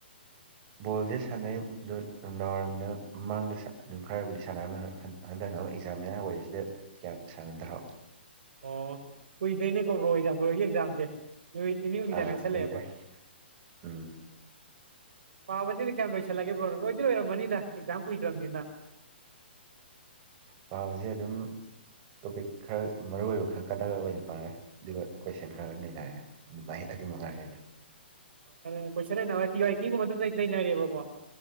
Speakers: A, on the right; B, on the right.
A: ꯕꯣꯜꯁꯦ ꯁꯥꯟꯅꯩꯗꯨ ꯅꯨꯡꯗꯥꯡꯋꯥꯏꯔꯝꯗ ꯃꯃꯥꯡꯗ ꯑꯗꯨꯝ ꯈꯔꯕꯨꯗꯤ ꯁꯥꯟꯅꯔꯝꯅꯤ ꯍꯟꯗꯛꯅ ꯑꯃꯨꯛ ꯑꯦꯛꯖꯥꯝ ꯃꯌꯥꯝ ꯑꯣꯏꯕꯁꯤꯗ ꯀꯌꯥ ꯁꯥꯟꯅꯗꯔꯕ
B: ꯑꯣ ꯀꯨꯏꯗꯅꯦ ꯀꯣ ꯕ꯭ꯔꯣ ꯕ꯭ꯔꯣ ꯍꯣꯏ ꯑꯦꯛꯖꯝꯗꯦ ꯅꯨꯃꯤꯠ ꯅꯤꯅꯤ ꯍꯨꯝꯅꯤꯗ
A: ꯑꯥ
B: ꯉꯥꯏꯁꯟ
A: ꯀꯨꯏꯗ꯭ꯔꯦ
B: ꯂꯛꯑꯦꯕ
A: ꯎꯝ
B: ꯄꯥꯕꯗꯤ ꯀꯌꯥꯝ ꯂꯣꯏꯁꯤꯜꯂꯒꯦ ꯕ꯭ꯔꯣ ꯂꯣꯏꯗꯤ ꯂꯣꯏꯔꯝꯃꯅꯤꯗ ꯑꯦꯛꯖꯥꯝ ꯀꯨꯏꯗ꯭ꯔꯕꯅꯤꯅ
A: ꯄꯥꯕꯁꯦ ꯑꯗꯨꯝ ꯇꯣꯄꯤꯛ ꯈꯔ ꯃꯔꯨ ꯑꯣꯏꯕ ꯈꯪꯀꯥꯟꯂꯒ ꯑꯣꯏꯅ ꯄꯥꯔꯦ ꯑꯗꯨꯒ ꯀꯣꯏꯁꯟ ꯈꯔ ꯅꯩꯅꯔꯦ ꯑꯗꯨꯃꯥꯏꯅ ꯇꯦ ꯑꯗꯨ ꯃꯉꯥꯏꯔꯦꯗ
B: ꯑꯩꯅ ꯀꯣꯏꯁꯟ ꯑꯦꯅꯥꯂꯥꯏꯁ ꯄꯤ ꯋꯥꯏ ꯀ꯭ꯌꯨ ꯒꯨꯝꯕ ꯑꯗꯨꯝ ꯅꯩꯅꯔꯦꯕꯀꯣ